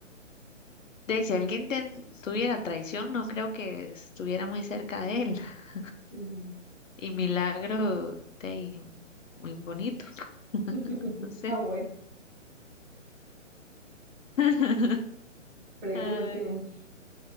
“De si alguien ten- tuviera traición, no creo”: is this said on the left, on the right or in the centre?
Left